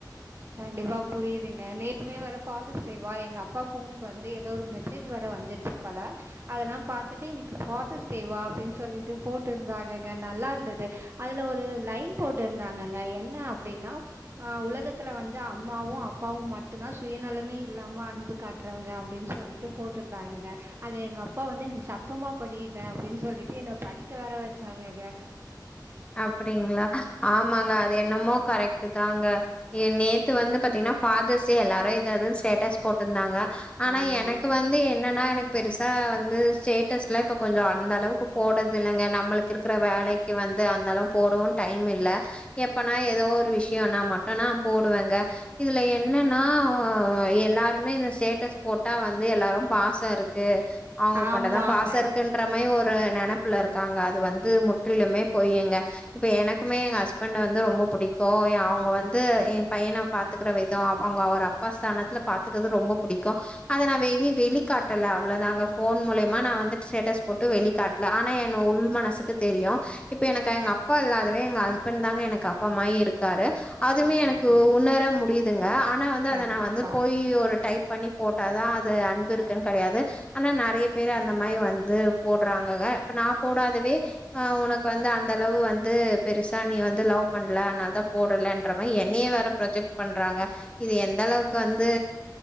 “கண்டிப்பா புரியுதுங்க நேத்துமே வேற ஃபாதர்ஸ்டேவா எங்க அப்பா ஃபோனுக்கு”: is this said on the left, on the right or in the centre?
Right